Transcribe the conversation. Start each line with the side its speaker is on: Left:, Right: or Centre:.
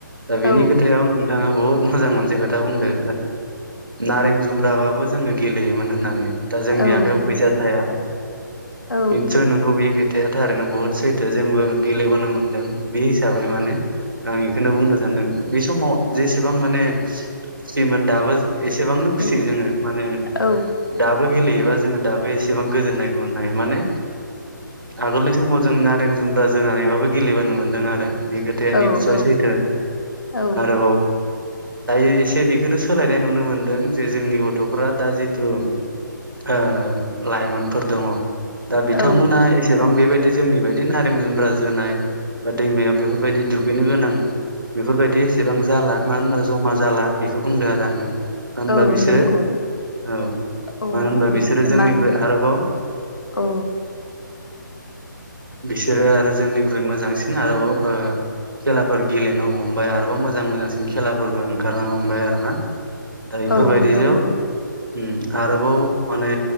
Right: दा बिनि
Left: औ
Right: खोथायाव नोंथाङा बहुत मोजां मोनसे खोथा बुंदों नारें जुमब्राबाबो जोङो गेलेयोमोन होननानै दा जोंनि
Left: औ
Right: आखाइायाव
Left: नंगौ
Right: फैसा थाया
Left: औ
Right: निस्सय नंगौ बेख खोथाया थारैनो बुहुद सैथो जोंबो गेलेबोनो मोन्दों बे हिसाबै माने आं बेखौनो बुंनो सानदों बे समाव जेसेबां माने खुसिमोन दाबो एसेबांनो खुसि
Left: औ
Right: जोङो माने
Left: औ
Right: दाबो गेलेयोबा जोङो दाबो एसेबां गोजोननायखौ मोननो‌ हायो माने आगोलनि समाव जों नारें जुमब्रा जोनानैबाबो गेलेबोनो मोन्दों आरो बे खोथाया
Left: औ
Right: निससय सैथो
Left: औ
Right: आरोबाव दायो एसे बेखौनो सोलायनाय नुनो मोनदों जे जोंनि गथ'फ्रा दा जिथु ओ लाइमोनफोर दङ' दा बिथांमोना
Left: औ
Right: एसेबां बेबायदि जोंनि बायदि नारें जुमब्रा जोनाय बा दैमायाव बेफोरबायदि दुगैनो गोनां बेफोरबायदि एसेबां जाला मानो होनबा जमा जाला बेखौ बुंदों आरो आङो मानो होनबा
Left: औ
Right: बिसोरो
Left: नंगौ
Right: औ
Left: औ
Right: मानो होनबा
Left: बिस
Right: बिसोरो जोंनिख्रुइ
Left: मान
Right: आरोबाव
Left: औ
Right: बिसोरो आरो जोंनिख्रुइ मोजांसिन आरो ओ खेलाफोर गेलेनो हमबाय आरोबाव मोजां मोजांसिन खेलाफोरबो ओंखारनो हमबाय आरो ना बेफोरबायदिजों
Left: औ नंगौ
Right: ओ आरोबाव माने